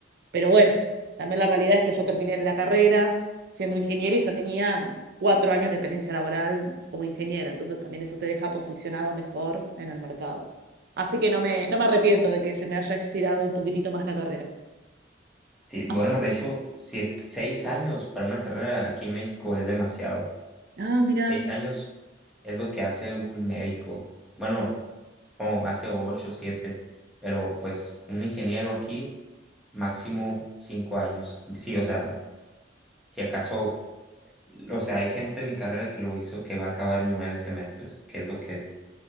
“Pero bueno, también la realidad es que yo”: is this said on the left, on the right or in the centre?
Right